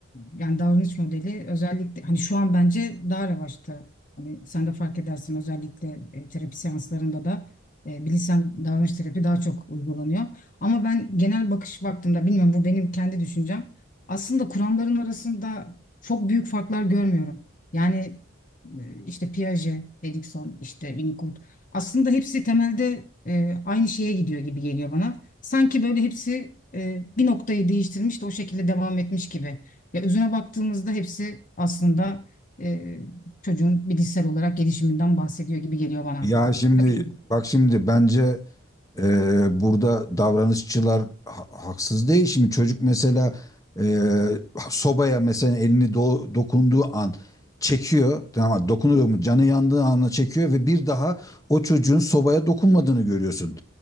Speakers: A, on the left; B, on the left.
A: yani davranış modeli özellikle hani şu an bence daha revaçta. Hani sen de fark edersin özellikle e, terapi seanslarında da e, bilişsel davranış terapi daha çok uygulanıyor. Ama ben genel bakış baktığımda bilmiyorum bu benim kendi düşüncem. Aslında kuramların arasında çok büyük farklar görmüyorum. Yani e, işte Piaget, Erikson, işte Winnicott aslında hepsi temelde e, aynı şeye gidiyor gibi geliyor bana. Sanki böyle hepsi e, bir noktayı değiştirmiş de o şekilde devam etmiş gibi. Ya özüne baktığımızda hepsi aslında e, çocuğun bilişsel olarak gelişiminden bahsediyor gibi geliyor bana.
B: Ya şimdi
A: Tabii ki.
B: bak şimdi bence eee, burada davranışçılar ha- haksız değil. Şimdi çocuk mesela eee, sobaya mesela elini do- dokunduğu an çekiyor. Tamam mı? dokunuyor mu? Canı yandığı anla çekiyor ve bir daha o çocuğun sobaya dokunmadığını görüyorsun.